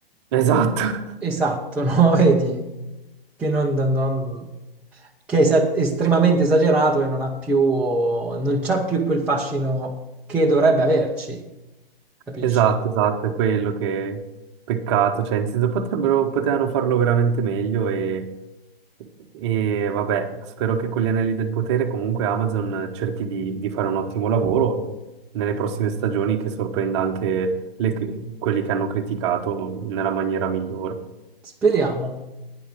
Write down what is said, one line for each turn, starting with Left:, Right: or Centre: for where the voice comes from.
Right: Esatto,
Centre: è-
Right: <laughs>
Centre: esatto, no? <laughs> Vedi che, non- non- non- che è esa- estremamente esagerato e non ha più, non c'ha più quel fascino che dovrebbe averci, capisci?
Right: esatto, esatto, è quello che peccato, cioè in senso potrebbero, potevano farlo veramente meglio e... E vabbè, spero che con gli anelli del potere comunque Amazon cerchi di, di fare un ottimo lavoro eh, nelle prossime stagioni che sorprenda anche le- quelli che hanno criticato nella maniera migliore.
Centre: Speriamo.